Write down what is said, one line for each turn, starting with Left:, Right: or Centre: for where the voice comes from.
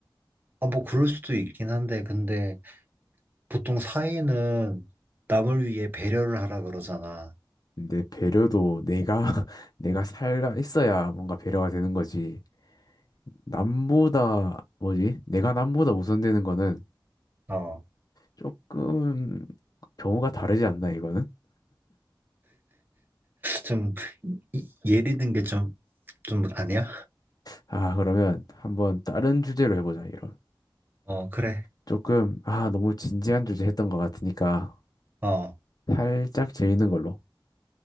Right: 아, 뭐 그럴 수도 있긴 한데, 근데 보통 사회는 남을 위해 배려를 하라 그러잖아.
Left: 근데 배려도 내가, <laughs> 내가 살아 있어야 뭔가 배려가 되는 거지. 남보다, 뭐지? 내가 남보다 우선되는 거는
Right: 어,
Left: 조금 경우가 다르지 않나, 이거는?
Right: 좀, 이- 예리 든 게 좀, 좀 아니야?
Left: 아, 그러면 한번 다른 주제로 해보자, 이런.
Right: 어, 그래.
Left: 조금, 아, 너무 진지한 주제 했던 것 같으니까
Right: 어,
Left: 살짝 재밌는 걸로.